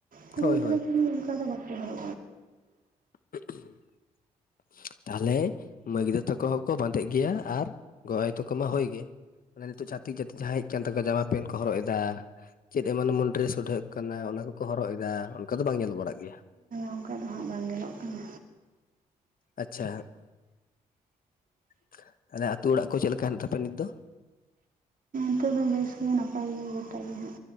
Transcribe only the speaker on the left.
ᱦᱳᱭ
ᱦᱳᱭ
<unintelligible> ᱛᱟᱦᱚᱞᱮ ᱢᱟᱹᱭ ᱜᱤᱫᱨᱟᱹ ᱛᱟᱠᱚ ᱦᱚᱸᱠᱚ ᱵᱟᱸᱫᱮᱜ ᱜᱮᱭᱟ ᱟᱨ ᱜᱚᱜ ᱟᱭ ᱛᱟᱠᱚ ᱢᱟ ᱦᱳᱭ ᱜᱮ᱾ ᱢᱟᱱᱮ ᱱᱤᱛᱚᱜ ᱪᱷᱟᱛᱤᱠ ᱡᱟᱹᱛᱤ ᱡᱟᱦᱟᱸ ᱦᱮᱡ ᱟᱠᱟᱱ ᱛᱟᱠᱚᱣᱟ ᱡᱟᱢᱟ ᱯᱮᱱᱴ ᱠᱚ ᱦᱚᱨᱚᱜ ᱮᱫᱟ ᱪᱮᱫ ᱮᱢᱚᱱ ᱮᱢᱚᱱ ᱰᱨᱮᱥ ᱳᱰᱷᱟᱹᱜ ᱠᱟᱱᱟ ᱚᱱᱟ ᱠᱚᱠᱚ ᱦᱚᱨᱚᱜ ᱮᱫᱟ ᱚᱱᱠᱟ ᱫᱚ ᱵᱟᱝ ᱧᱮᱞ ᱵᱟᱲᱟᱜ ᱜᱮᱭᱟ᱾
ᱟᱪᱪᱷᱟ <unintelligible> ᱟᱞᱮ ᱟᱹᱛᱩᱳ ᱚᱲᱟᱜ ᱠᱚ ᱪᱮᱫ ᱞᱮᱠᱟ ᱦᱮᱱᱟᱜ ᱛᱟᱯᱮ ᱱᱤᱛ ᱫᱚ